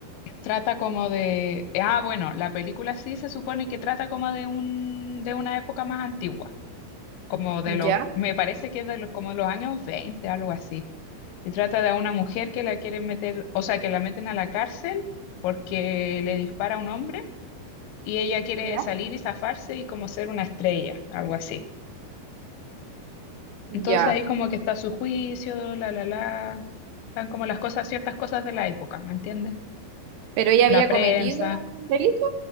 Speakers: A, on the left; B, on the right.
A: trata como de, ah, bueno, la película sí se supone que trata como de un, de una época más antigua, como de
B: Ya,
A: los, me parece que es de los, como de los años veinte algo así. Y trata de una mujer que la quieren meter, o sea, que la meten a la cárcel porque le dispara a un hombre y ella quiere
B: ya,
A: salir y zafarse y como ser una estrella, algo así.
B: ya.
A: Entonces ahí como que está su juicio, la, la, la, están como las cosas, ciertas cosas de la época, ¿me entiendes?
B: ¿Pero ella
A: La
B: había
A: prensa.
B: cometido un delito?